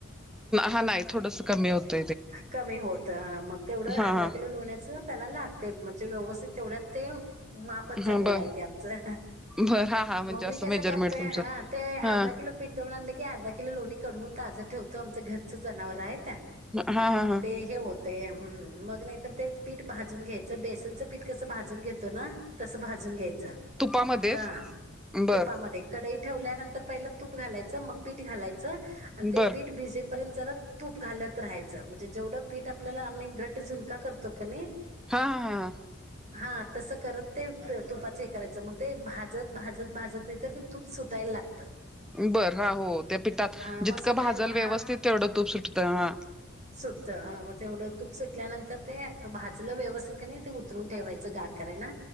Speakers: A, in the centre; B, on the right.
A: हा नाही थोडस कमी होत
B: कमी होत मग तेवढं
A: हा
B: अर्धा
A: हा
B: किलो लोण्याचं त्याला लागते म्हणजे व्यवस्थित तेवढ्यात ते मापच झालेलं
A: हा बर
B: आहे ते आमचं
A: बर हा हा म्हणजे
B: मग मी
A: असं
B: कसं
A: मेजरमेंट
B: करते
A: तुमचं
B: हा ते अर्धा
A: हा
B: किलो पीठ दवळून आणलं की अर्धा किलो लोणी कढवून ताजं ठेवतो आमचं घरच जनावर आहे त्या
A: हा हा
B: मग
A: हा
B: ते हे होत ते मग नाहीतर ते पीठ भाजून घ्यायचं बेसनचं पीठ कस भाजून घेत त ना तस भाजून घ्यायच आता
A: तुपामध्येच बर
B: तुपामध्ये कडई ठेवल्यानंतर पहिलं तूप घालायचं मग पीठ घालायचं आणि ते
A: बर
B: पीठ भिजे पर्यंत जरा तूप घालत राहायचं म्हणजे जेवढं पीठ आपल्याला अ घट झुणका करतो का नाही
A: हा हा हा
B: हा तस करत ते तुपाचं हे करायचं मग ते भाजत भाजत भाजत नाही तर ते तूप सुटायला लागतं
A: बर हा हो त्या पिठात
B: हा मग
A: जितकं
B: सुटायला
A: भाजल व्यवस्थित तेवढं तूप सुटतं हा
B: सुटत हा मग तेवढ तूप सुटल्यानंतर ते भाजलं व्यवस्थित क नाही ते उतरून ठेवायचं गार करायला